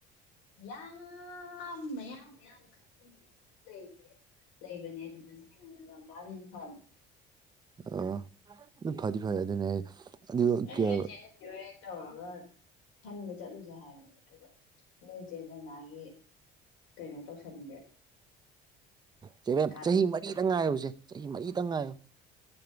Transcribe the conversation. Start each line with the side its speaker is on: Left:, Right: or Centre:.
Left: ꯌꯥꯝ ꯃꯌꯥꯝ ꯃꯌꯥꯝ ꯈꯟꯐꯝ ꯃꯌꯥꯝ ꯂꯩꯒꯦ ꯂꯩꯕꯅꯦ ꯑꯗꯨꯗꯅ ꯍꯦꯟꯅ ꯅꯒꯥꯃꯄꯥꯜꯅ ꯍꯦꯟꯅ ꯐꯕ
Right: ꯑ ꯑꯗꯨꯝ ꯐꯗꯤ ꯐꯔꯦ ꯑꯗꯨꯅꯦ ꯑꯩ ꯑꯗꯨ
Left: <unintelligible>
Right: ꯀꯩ
Left: ꯇꯧꯔꯒ ꯈꯟꯕ ꯆꯠꯂꯨꯖ‌ꯦ ꯍꯥꯏꯕꯅꯦ ꯑꯗꯨꯒ ꯅꯣꯏ ꯆ‌ꯦ ꯗꯥꯏꯅꯥ ꯒꯤ ꯀꯩꯅꯣ ꯇꯧꯁꯟꯒꯔ‌‌ꯦ
Right: ꯆ‌ꯦ ꯕ‌ꯦꯝ ꯆꯍꯤ
Left: ꯇꯧꯁꯟꯈ꯭ꯔꯦ
Right: ꯃꯔꯤꯗꯪ ꯉꯥꯏꯌꯨꯁꯦ ꯆꯍꯤ ꯃꯔꯤꯗꯪ ꯉꯥꯏꯣꯌ‌‌ꯣ